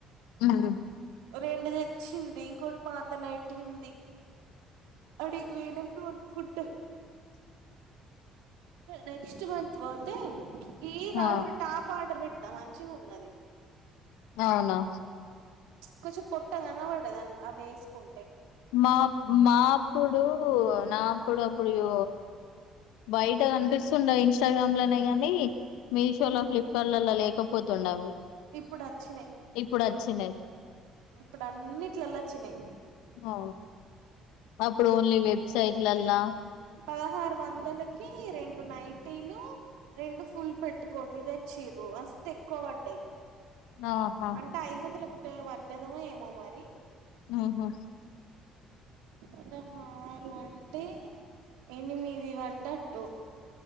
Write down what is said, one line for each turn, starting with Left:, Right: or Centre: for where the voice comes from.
Left: ఉమ్
Right: రెండు దె చింది ఇంకోటి మా అత్తనెడ్డింది అడిగు ఓయినంక కొనుక్కుంట నెక్స్ట్ మంత్ ఓతే కీ రౌండ్
Left: ఆ
Right: టాప్ ఆర్డర్ట్ నా మంచిగా ఉన్నది
Left: అవునా
Right: కొంచెం పొట్ట కనపడదు అవేసుకుం
Left: మా మా అప్పుడు నాఅప్పుడప్ ఇప్పుడు బయట కనిపిస్తుండ ఇంస్టాగ్రామ్ లోనే గానీ మీషో లో ఫ్లిప్ కార్ట్ లో లేకపోతుండ అవి
Right: ఇప్పుడు వచ్చినాయ్
Left: ఇప్పుడు వచ్చినాయి
Right: ఇప్పుడు అన్నిట్లలాచ్చినాయ్
Left: ఆ అప్పుడు ఓన్లీ వెబ్సైట్లలా
Right: పదహారు వందలకి రెండు నైటీలు రెండు ఫుల్ పెట్టీ కోట్లు దే చిరు అస్త ఎక్కువ పడ్డాయి
Left: ఆహా
Right: అంటే ఐదు వందల కు వర్ధదమ ఏమో మరి
Left: ఉంహు
Right: పదహారు అంటే ఎనిమిది పడ్డట్టు